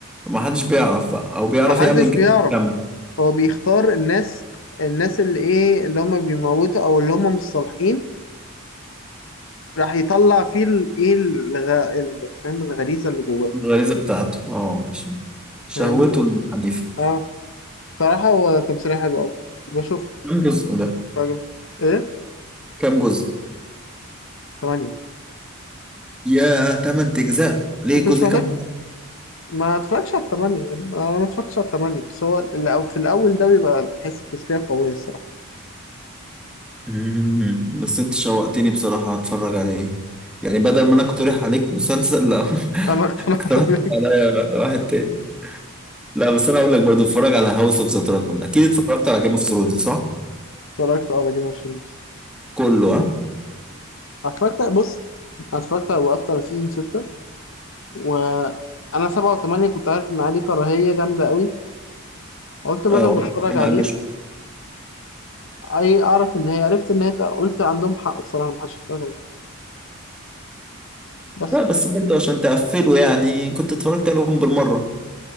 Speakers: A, in the centre; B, on the left (about 60°).
A: ما حدش بيعرف بقى او بيعرف
B: محدش
A: يعمل الجو
B: بيعرف
A: كامله
B: هو بيختار الناس الناس اللي ايه اللي هم بيموتوا او اللي هم مش صالحين راح يطلع فيه الايه الغ... ال- فاهم الغريزه اللي جواه
A: الغريزه بتاعته اه ماشي. شهوته
B: فهمت
A: العنيفه
B: اه صراحه هو تمثيليه حلو قوي بشوف
A: كم جزء ده
B: راجل ايه
A: كم جزء
B: تمانية
A: يا تمن اجزاء ليه
B: انت
A: الجزء
B: مش محتاج
A: كام
B: ما اتفرجش على التمانية يعني انا ما اتفرجتش على التمانية بس هو الأو- في الاول ده بيبقى بتحس بتسلية قوية الصراحة
A: مم. بس انت شوقتني بصراحة هتفرج عليه يعني بدل ما انا اقترح عليك مسلسل لا <laughs>
B: انا اقتنعت
A: اقترحت
B: <laughs> بيه.
A: عليا واحد تاني لا بس انا اقول لك برضو اتفرج على هاوس اوف ذا دراجون اكيد اتفرجت على جيم اوف ثرونز صح؟
B: اتفرجت اه على جيم اوف ثرونز
A: كله ها؟
B: اتفرجت بص أنا اتفرجت على وقفت على سيزون ستة وانا سبعة وثمانية كنت عارف ان عليه كراهية جامدة قوي قلت بدل
A: ايوه
B: ما اتفرج
A: ما
B: عليه
A: قالوش
B: اي اعرف ان هي عرفت ان هي قلت عندهم حق الصراحة ما حدش يتفرج عليه بس
A: لا بس برضو عشان تقفله يعني كنت اتفرجت عليهم بالمرة